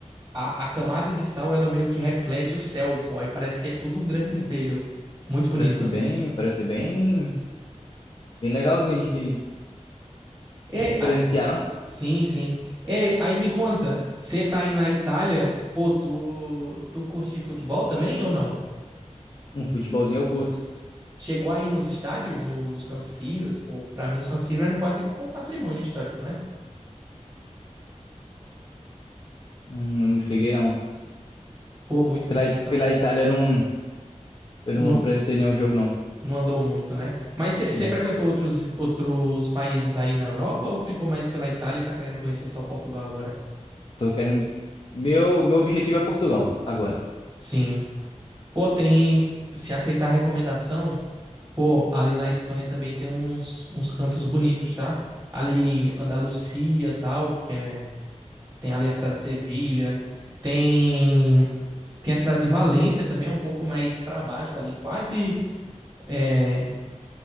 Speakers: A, on the right; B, on the left.
A: a, a camada de sal, ela meio que reflete o céu, pô, aí parece que é tudo um grande
B: Hum,
A: espelho. Muito
B: parece
A: bonito.
B: bem, parece bem. Bem legalzinho de
A: É,
B: de se presenciar, não?
A: Sim, sim. É, aí me conta, você tá aí na Itália, pô, tu, tu curte futebol também ou não?
B: Um futebolzinho eu curto.
A: Chegou aí nos estádios, no, no San Siro, pô, pra mim o San Siro era quase um patrimônio histórico, né?
B: Hum, eu não cheguei, não.
A: Pô, muito
B: Pela,
A: bom, tá?
B: pela Itália eu não. Eu
A: Não,
B: não presenciei nenhum jogo, não.
A: não andou muito, né? Mas você
B: Né?
A: frequentou outros, outros países aí na Europa ou ficou mais pela Itália e tá querendo conhecer só Portugal agora?
B: Tô querendo. Meu, meu objetivo é Portugal, agora.
A: Sim. Pô, tem, se aceitar a recomendação. Pô, ali na Espanha também tem uns, uns cantos bonitos, tá? Ali Andalucia, tal, que é tem ali a cidade de Sevilha, tem tem a cidade de Valência também, é um pouco mais pra baixo ali, quase é,